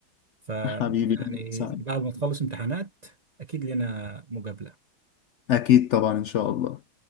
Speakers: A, on the right (about 45°); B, on the left (about 75°).
A: ف
B: حبيبي
A: يعني
B: أهلا وسهلا
A: بعد ما تخلص امتحانات اكيد لنا مقابلة
B: أكيد طبعا إن شاء الله